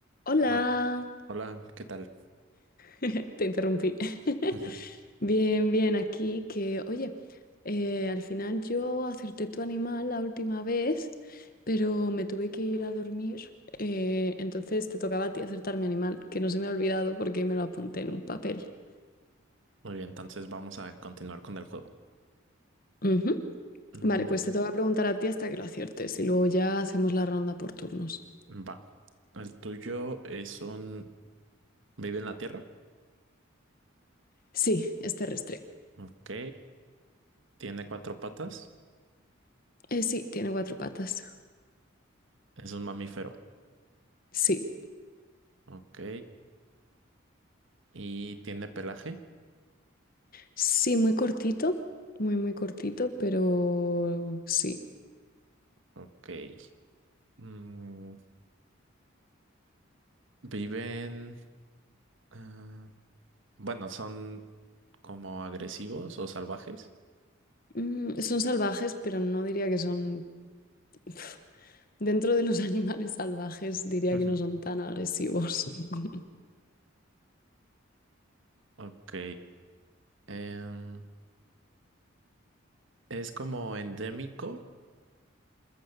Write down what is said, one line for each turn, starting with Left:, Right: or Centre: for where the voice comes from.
Left: Hola,
Right: No, Hola, ¿qué tal?
Left: <laughs> te interrumpí.
Right: <laughs>
Left: <laughs> Bien, bien, aquí que, oye, eh, al final yo acerté tu animal la última vez, pero me tuve que ir a dormir, eh, entonces te tocaba a ti acertar mi animal, que no se me ha olvidado porque me lo apunté en un papel.
Right: Muy bien, entonces vamos a continuar con el juego.
Left: Ujú.
Right: Mm,
Left: Vale, pues te toca preguntar a ti hasta que lo aciertes y luego ya hacemos la ronda por turnos.
Right: Va. El tuyo es un... Vive en la tierra.
Left: Sí, es terrestre.
Right: Ok. Tiene cuatro patas.
Left: Eh, sí, tiene cuatro patas.
Right: Es un mamífero.
Left: Sí.
Right: Ok. Y tiene pelaje.
Left: Sí, muy cortito, muy, muy cortito, pero sí.
Right: Ok. Mm, viven... ah, bueno, son como agresivos o salvajes.
Left: Mm, son salvajes, pero no diría que son... Uf, Dentro de los <laughs> animales salvajes, diría
Right: <laughs>
Left: que no son tan agresivos. <laughs>
Right: Ok. Em, es como endémico.